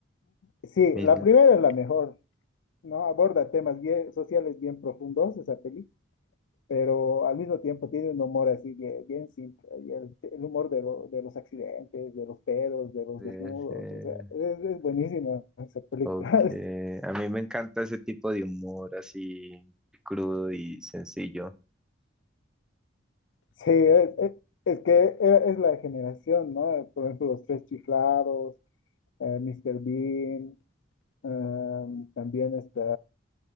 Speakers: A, on the left; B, in the centre.
A: Sí,
B: Mil-
A: la primera es la mejor, ¿no? Aborda temas bien, sociales bien profundos, esa película. pero al mismo tiempo tiene un humor así bien, bien simple, y el, el humor de, lo- de los accidentes, de los pedos, de los
B: Debe
A: desnudos,
B: ser.
A: o sea, es, es buenísima esa película.
B: Ok.
A: <laughs>
B: A mí me encanta ese tipo de humor así crudo y sencillo.
A: Sí, es, es- es que era- es la generación, ¿no? Por ejemplo, Los Tres Chiflados, eh, Mr. Bean, em, también está,